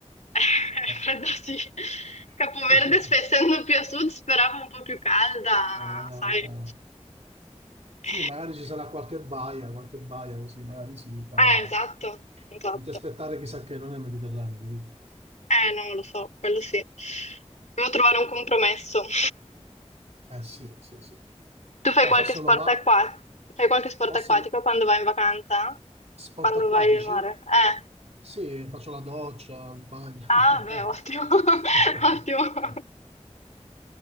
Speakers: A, on the left; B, on the right.
A: Eh, <laughs>
B: Ah.
A: fredda sì.
B: <laughs>
A: Capoverde, sp- essendo più a sud, speravo un po' più calda,
B: Ah,
A: sai.
B: vabbè. Sì,
A: Eh,
B: magari ci sarà qualche baia, qualche baia così, magari sì, però
A: eh, esatto, esatto.
B: non ti aspettare chissà che non è Mediterraneo, capito?
A: Eh, non lo so, quello sì. Devo trovare un compromesso. <laughs>
B: Eh sì, sì, sì.
A: Tu fai
B: Dai,
A: qualche
B: forse
A: sport
B: Roma,
A: acqua- fai qualche sport
B: Forse
A: acquatico
B: lo-
A: quando vai in vacanza?
B: sport
A: Quando
B: acquatici?
A: vai al mare? Eh.
B: Sì, faccio la doccia, il bagno.
A: Ah, beh, ottimo.
B: <laughs>
A: <laughs> Ottimo.